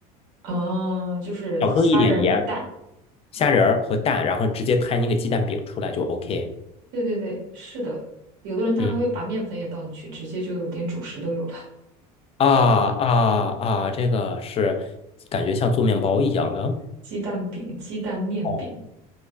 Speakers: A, on the right; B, on the left.
A: 哦，就是虾仁蛋，
B: 少搁一点盐、虾仁儿和蛋，然后直接摊一个鸡蛋饼出来就 OK。
A: 对对对，是的。有的人他还会把面粉也倒进去，
B: 嗯，
A: 直接就有点主食都有了，
B: 啊啊啊，这个是感觉像做面包一样的。
A: 鸡蛋饼、鸡蛋面饼。
B: 哦。